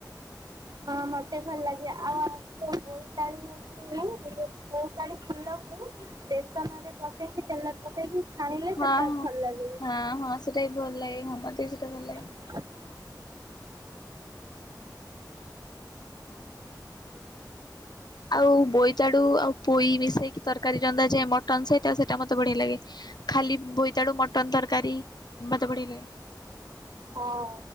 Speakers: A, on the right; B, on the left.
A: ହଁ ମତେ ଭଲ ଲାଗେ ଆଉ ଆମକୁ ବୋଇତାଳୁ ମୁଁ ବୋଇତାଳୁ ଫୁଲକୁ ବେଶନରେ ପକେଇକି ତେଲରେ ପକେଇକି ଛାଣିଲେ ସେଟା
B: ହଁ ହଁ
A: ଭଲ ଲାଗେ।
B: ହଁ ହଁ ସେଇଟା ବି ଭଲ ଲାଗେ ହଁ ମତେ ବି ସେଇଟା ଭଲ ଲାଗେ।
A: ହ <inaudible>
B: ହଁ। ଆଉ ବୋଇତାଳୁ ଆଉ ପୋଇ ମିଶେଇକି ତରକାରୀ ରନ୍ଧା ଯାଏ ମଟନ ସହିତ ଆଉ ସେଟା ମୋତେ ବଢିଆ ଲାଗେ। ଖାଲି ବୋଇତାଡୁ ମଟନ ତରକାରୀ ମତେ ବଢିଆ ଲାଗେ।
A: ହଁ